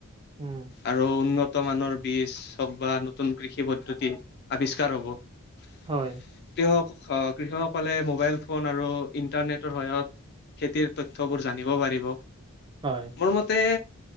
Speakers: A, on the right; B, on the left.
A: উম,
B: আৰু উন্নত বৰ্তমানৰ বীজ হওক বা নতুন কৃষি পদ্ধতি আৱিষ্কাৰ হ'ব।
A: হয়।
B: কৃষক অ কৃষকসকলে মোবাইল ফোন আৰু ইন্টাৰনেটৰ সহায়ত খেতিৰ তথ্যবোৰ জানিব পাৰিব।
A: হয়,
B: মোৰ মতে